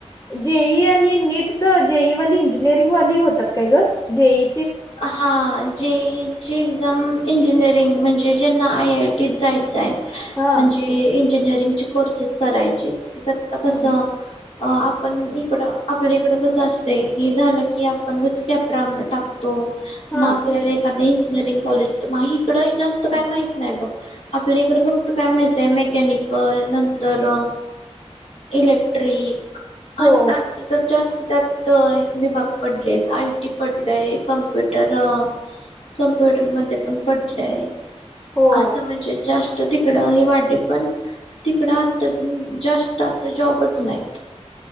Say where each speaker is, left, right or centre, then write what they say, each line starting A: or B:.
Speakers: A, on the left (about 35°); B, on the left (about 65°).
A: जेई आणि नीटच जेई वाली इंजिनिअरिंगवाली होतात काय ग जेई
B: हा जीची एक््झा इंजिनिअरीिंग म्हणजे जेना आय आय टीत जायत ज आहे
A: हा
B: म्हणजे इंजिनिअरिंगचे कोर्सेस करायचे तेता कस
A: हा
B: अ आपण इकडं आपल्या इकडं कसं असतंय की झालं की आपण कसं कॅपरान टाकतो त
A: हा
B: म आपल्या का दे इंजिनिअरिंग कॉलेज इकड जास्त काय माहित नाही बघ आपल्या इकड फक्त काय माहित आहे मेकॅनिकल नंतर इलेक्ट्रिक
A: हो
B: आता तर जास्त त्यात विभाग पडलेत आय टी पडलाय कमप्युटर कमप्युटर मध्ये पण पडले आहे
A: हो
B: असं म्हणजे जास्त तर तिकडं हे वाढले पण तिकडं आता जास्त आता जॉबच नाहीत